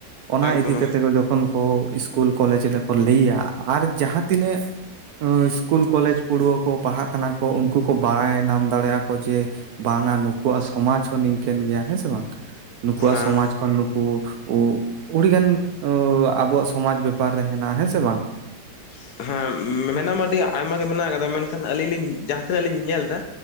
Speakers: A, on the right (about 70°); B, on the left (about 65°).
A: ᱚᱱᱟ
B: ᱮᱠᱫᱚᱢ
A: ᱤᱫᱤ ᱠᱟᱛᱮ
B: ᱮᱠ
A: ᱠᱚ ᱡᱚᱠᱷᱚᱱ ᱠᱚ ᱤᱥᱠᱩᱞ ᱠᱚᱞᱮᱡᱽ ᱞᱮᱠᱚ ᱞᱟᱹᱭᱟ ᱟᱨ ᱡᱟᱦᱟᱸ ᱛᱤᱱᱟᱹᱜ ᱩᱸ ᱤᱥᱠᱩᱞ ᱠᱚᱞᱮᱡᱽ ᱯᱟᱹᱲᱩᱣᱟᱹ ᱠᱚ ᱯᱟᱲᱦᱟᱜ ᱠᱟᱱᱟ ᱠᱚ ᱩᱝᱠᱩ ᱠᱚ ᱵᱟᱲᱟᱭ ᱱᱟᱢ ᱫᱟᱲᱮᱭᱟᱜ ᱟᱠᱚ ᱡᱮ ᱵᱟᱝᱼᱟ ᱱᱩᱠᱩᱣᱟᱜ ᱥᱚᱢᱟᱡᱽ ᱦᱚᱸ ᱱᱤᱝᱠᱟᱹᱱ ᱜᱮᱭᱟ ᱦᱮᱸ ᱥᱮ ᱵᱟᱝ, ᱱᱩᱠᱩᱣᱟᱜ
B: ᱦᱮᱸ
A: ᱥᱚᱢᱟᱡ ᱠᱷᱚᱱ ᱱᱩᱠᱩ ᱩ ᱩᱲᱤ ᱜᱟᱱ ᱟᱸ ᱟᱵᱚᱣᱟᱜ ᱥᱚᱢᱟᱡᱽ ᱵᱮᱯᱟᱨ ᱨᱮ ᱦᱮᱱᱟᱜᱼᱟ ᱦᱮᱸ ᱥᱮ ᱵᱟᱝ?
B: <unintelligible> ᱦᱮᱸ ᱢᱮᱱᱟᱢᱟ ᱟᱹᱰᱤ ᱟᱭᱢᱟ ᱜᱮ ᱢᱮᱱᱟᱜ ᱠᱟᱫᱟ ᱢᱮᱱᱠᱷᱟᱱ ᱟᱹᱞᱤᱧ ᱞᱤᱧ ᱡᱟᱦᱟᱸ ᱛᱤᱱᱟᱹᱜ ᱞᱤᱧ ᱧᱮᱞ ᱫᱟ